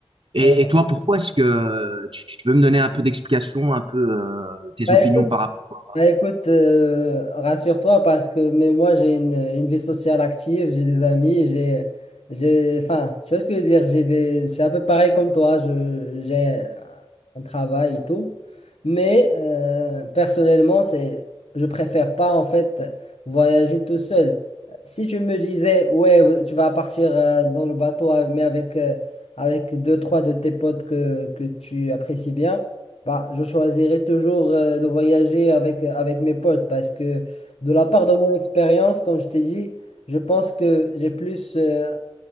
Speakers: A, on the right; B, on the left.
A: Et,
B: euh,
A: et toi, pourquoi est-ce que tu, tu peux me donner un peu d'explication, un peu euh, tes
B: Bah
A: opinions
B: écoute,
A: par rapport?
B: bah écoute euh, rassure-toi parce que mais moi j'ai une, une vie sociale active, j'ai des amis, j'ai j'ai enfin, tu vois ce que je veux dire, j'ai des c'est un peu pareil comme toi, je j'ai un travail et tout, mais euh, personnellement, c'est je préfère pas en fait voyager tout seul. Si tu me disais ouais, tu vas partir euh, dans le bateau mais avec euh, avec deux trois de tes potes que que tu apprécies bien bah, je choisirais toujours euh, de voyager avec, euh, avec mes potes parce que de la part de mon expérience, comme je t'ai dit, je pense que j'ai plus euh,